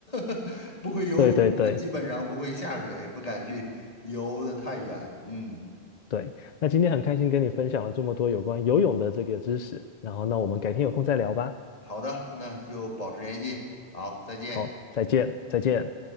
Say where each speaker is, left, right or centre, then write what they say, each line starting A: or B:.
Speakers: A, on the left; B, on the left.
A: <laughs> 不会游泳的基本上不会下水，
B: 对对对
A: 不敢去游的太远。嗯
B: 对。那今天很开心跟你分享了这么多有关游泳的这个知识，
A: 嗯，
B: 然后那我们改天有空再聊吧。
A: 好的，那就保持联系，好，再见。
B: 好，再见，再见。